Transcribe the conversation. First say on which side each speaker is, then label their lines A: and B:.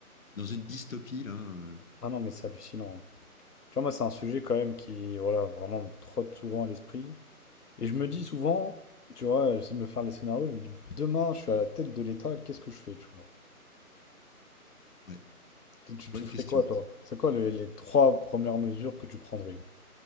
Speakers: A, on the left; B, on the left.
A: dans une dystopie là. euh.
B: Ah non, mais c'est hallucinant. Tu vois, moi, c'est un sujet quand même qui, voilà, vraiment me trotte souvent à l'esprit. Et je me dis souvent, tu vois, j'essaie de me faire les scénarios, je me dis, demain, je suis à la tête de l'État, qu'est-ce que je fais, tu vois?
A: Ouais,
B: Tu,
A: c'est
B: tu-
A: une bonne
B: tu ferais
A: question.
B: quoi, toi? C'est quoi le- les trois premières mesures que tu prendrais?